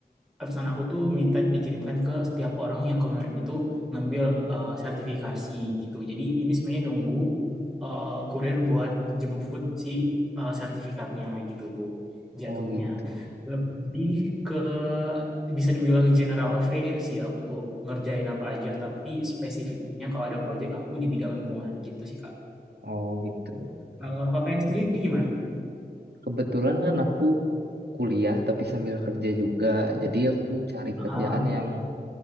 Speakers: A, in the centre; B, on the right.
A: atasan aku tuh minta dikirimkan ke setiap orang yang kemarin itu ngambil eh, sertifikasi gitu. Jadi ini sebenarnya nunggu eh, kurir buat jemput si eh, sertifikatnya gitu jatuhnya.
B: Oh gitu.
A: Lebih ke bisa dibilang general affair sih aku tuh ngerjain apa aja tapi spesifiknya kalau ada project aku di bidang lingkungan gitu sih Kak.
B: Oh gitu.
A: Kalau kakaknya sendiri gimana?
B: Kebetulan kan aku kuliah tapi sambil kerja juga. Jadi aku cari
A: Ah,
B: kerjaan yang